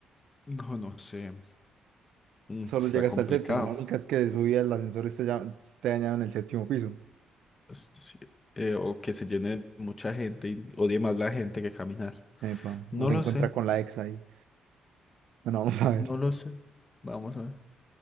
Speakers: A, on the left; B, on the right.
A: No, no sé. Mm,
B: solo
A: Está
B: llega
A: complicado.
B: hasta el séptimo. La única es que de subida el ascensor está, ya- está dañado en el séptimo piso.
A: Pues, Sí, eh, o que se llene de mucha gente y odie más la gente que caminar.
B: Epa,
A: No
B: o se
A: lo
B: encuentra
A: sé,
B: con la ex ahí. Bueno, <laughs> vamos a ver.
A: no lo sé. Vamos a ver.